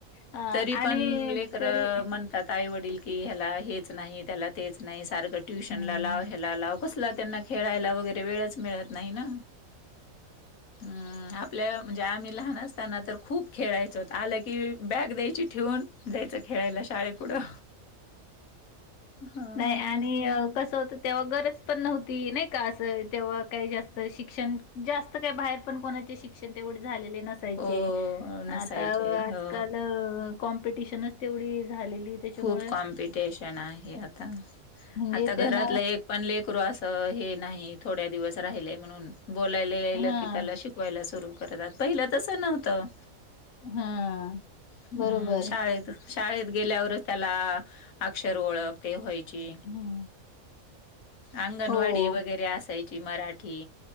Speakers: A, on the left; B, on the left.
A: अ
B: तरी
A: आणि
B: पण लेकर
A: तरी
B: म्हणातात आई वडील की हेला हेच नाही तेला तेच नाही सारख ट्युशन
A: हं.
B: ला लाव हेला लाव. कसला त्यांना खेळायला वगैरे वेळच मिळत नाही ना हं आपल्या म्हणजे आम्ही लहान असता त्यांना तर खूप खेळायचं होतं आलं की बॅग द्यायची ठेवून, जायचं खेळायला शाळेपुढं. हा
A: नाही आणि कस होत तेव्हा गरज पण नव्हती नाही का असं तेव्हा काही जास्त शिक्षण जास्त काय बाहेर पण कोणाचे शिक क्षण तेवढे झालेले नसायचे
B: हो नसायचे
A: आता आजकाल
B: हो
A: कॉम्पिटिशनच तेवढी झालेली त्याच्यामुळं
B: खूप कॉम्पिटिशन आहे आता.
A: म्हणजे
B: घरातला
A: त्यांना
B: एक पण लेक करू अस हे नाही थोड्या दिवस राहिले म्हणून बोलायला याल
A: हां,
B: की त्याला शिकवायला सुरू करत पहिल्या तसं नव्हतं.
A: हां.
B: हं
A: बरोबर.
B: शाळेत शाळेत गेल्यावर त्याला अक्षर ओळख ते व्हायची.
A: हं.
B: अंगणवाडी
A: हो.
B: वगैरे असायची मराठी.